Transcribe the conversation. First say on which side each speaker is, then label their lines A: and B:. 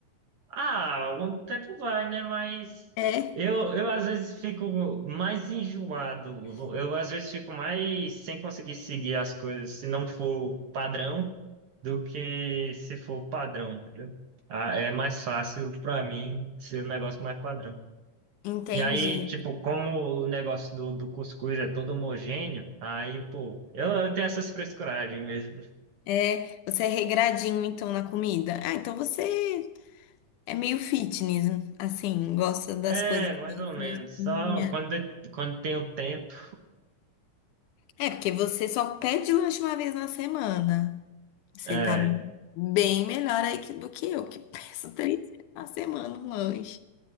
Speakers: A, on the right; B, on the left.
A: ah, o tempo vai, né? Mas
B: É,
A: eu, eu às vezes fico mais enjoado. Eu às vezes fico mais sem conseguir seguir as coisas se não for padrão do que se for padrão, entendeu? Ah, é mais fácil pra mim ser um negócio mais padrão.
B: entendi.
A: E aí, tipo, como o negócio do, do cuscuz é todo homogêneo, aí, pô, eu, eu tenho essas frescuragens mesmo.
B: É, você é regradinho então na comida. Ah, então você é meio fitness, assim, gosta das
A: É,
B: coisas
A: mais
B: mais
A: ou menos.
B: certinhas.
A: Só quando, quando tenho tempo.
B: É, porque você só pede lanche uma vez na semana. Você
A: é,
B: tá bem melhor aí que- do que eu, que <laughs> peço três vezes na semana um lanche.